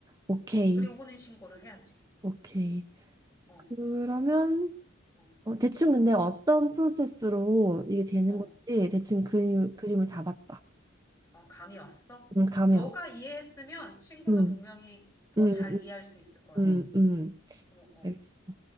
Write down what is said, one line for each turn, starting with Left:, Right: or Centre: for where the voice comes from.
Right: 오케이,
Left: 그리고 혼인신고를 해야지.
Right: 오케이.
Left: 어,
Right: 그러면
Left: 어.
Right: 어, 대충 근데 어떤 프로세스로 이게 되는
Left: 어.
Right: 건지 대충 그림 그림을 잡았다.
Left: 아, 감이 왔어?
Right: 음, 가면,
Left: 너가 이해했으면 친구도
Right: 응,
Left: 분명히 더
Right: 응,
Left: 잘
Right: 응,
Left: 이해할 수 있을 거야.
Right: 응, 응.
Left: 어, 어.
Right: 알겠어.